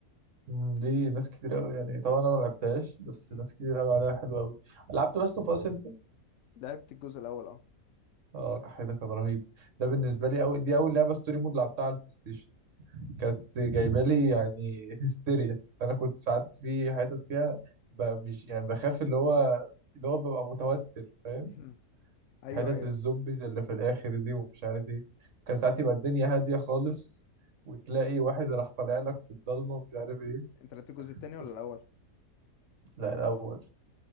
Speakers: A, on the right (about 55°); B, on the left (about 60°).
A: مم، دي ناس كتير قوي يعني طبعا انا ما لعبتهاش بس
B: مم.
A: ناس كتير قوي عليها حلوه قوي لعبت لاست اوف اس انت
B: لعبت الجزء الأول اه
A: اه ده كان رهيب ده بالنسبه لي أول... دي اول لعبه ستوري مود لعبتها على البلاي ستيشن كانت جايبه لي يعني هستيريا انا كنت ساعات في حتت فيها ب- مش يعني بخاف اللي هو اللي هو ببقى متوتر فاهم
B: <laughs> أيوه
A: حتت
B: أيوه
A: الزومبيز
B: فاهم.
A: اللي في الاخر دي ومش عارف ايه كان ساعات يبقى الدنيا هاديه خالص وتلاقي واحد راح طالع لك في الضلمه ومش عارف ايه
B: انت لعبت الجزء التاني ولا
A: بس كنت-
B: الأول؟
A: لا الاول